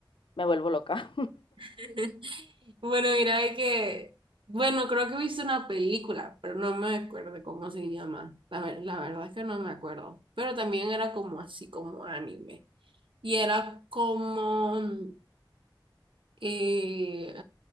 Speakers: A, on the left; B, on the right.
A: me vuelvo loca.
B: <laughs> Bueno, mira, de que, bueno, creo que he visto una película, pero no me acuerdo cómo se llama. La, ver- la verdad es que no me acuerdo, pero también era como así, como anime. Y era como mm, eh,